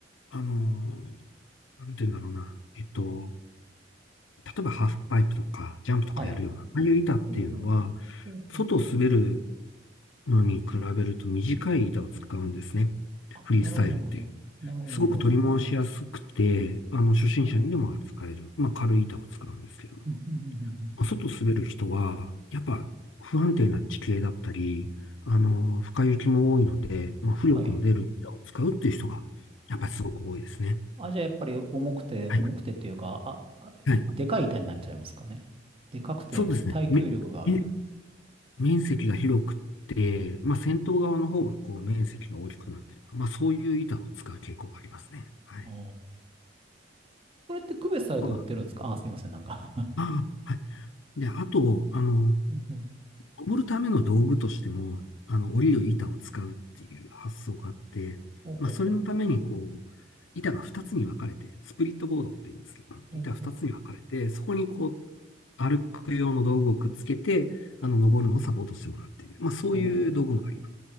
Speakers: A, on the left; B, on the right.
A: あのーなんて言うんだろうな。えっと、例えばハーフパイプとか、ジャンプとかやるような、
B: はい。
A: ああいう板っていうのは、
B: うんうんうんうん
A: 外を滑るのに比べると短い板を使うんですね。
B: あ、
A: フリースタイルっていう。
B: なるほど、なるほど。なるほど、
A: すごく取り回しやすくて、
B: なるほど。
A: あの、初心者にでも扱える、
B: うん
A: まあ、軽い板を使うんですけど
B: うんうんうんうんうんうん
A: 外滑る人は、やっぱ不安定な地形だったり、あの、深い雪も多いので、まあ、浮力の出る板を使うっていう人が、
B: はい。
A: やっぱりすごく多いですね。
B: あ、じゃあやっぱり重くて、
A: はい。
B: 重くてっていうか、あ、あでかい板になっちゃいますかね。
A: はい。
B: でかくて耐久力がある。
A: そうですね。め、め面積が広くて、まあ、先頭側の方がこう面積が大きくなっている。まあ、そういう板を使う傾向がありますね。はい。
B: あーこれって区別されて売ってるんですかあ、
A: ま
B: すいません、なんか
A: あ、あ、はい。で、あと、あの、
B: <laughs> うんうん。
A: 登るための道具としても、あの、折りる板を使うっていう発想があって、
B: ほうほうほう。
A: まあ、それのために、こう、板が2つに分かれて、スプリットボードって言うんですけど、
B: ほう
A: 板2つに分かれて、そこにこう、歩く用の道具をくっつけて、あの、登るのをサポートしてもらうっていう、まあ、そういう道具もあり
B: ほ